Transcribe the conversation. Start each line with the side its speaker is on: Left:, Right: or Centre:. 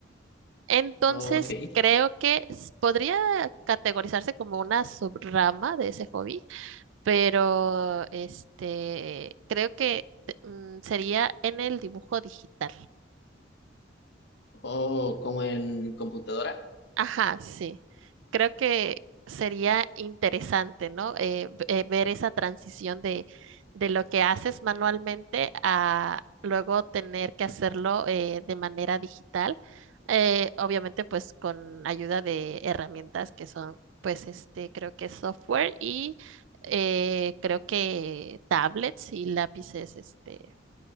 Right: Entonces,
Left: ok.
Right: creo que s- podría categorizarse como una subrama de ese hobby, pero este, creo que te- mm, sería en el dibujo digital.
Left: O como en computadora.
Right: Ajá, sí. Creo que sería interesante, ¿no? Eh, v- eh, ver esa transición de, de lo que haces manualmente a luego tener que hacerlo eh, de manera digital. Eh, obviamente, pues con ayuda de herramientas que son, pues, este, creo que software y eh, creo que tablets y lápices, este,